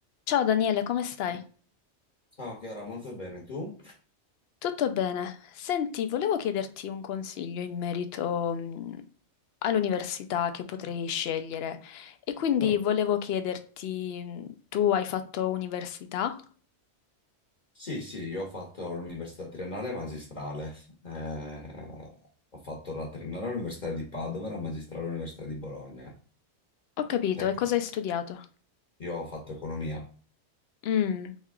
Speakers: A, on the left; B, on the left.
A: Ciao Daniele, come stai?
B: Ciao Chiara, molto bene. Tu?
A: Tutto bene. Senti, volevo chiederti un consiglio in merito mh, all'università che potrei scegliere e quindi
B: Vabbè.
A: volevo chiederti, mh, tu hai fatto università?
B: Sì, sì, io ho fatto l'università triennale e magistrale. Eh, ho fatto la triennale all'Università di Padova e la magistrale all'Università di Bologna.
A: Ho capito,
B: Tec-
A: e cosa hai studiato?
B: io ho fatto economia.
A: Mm,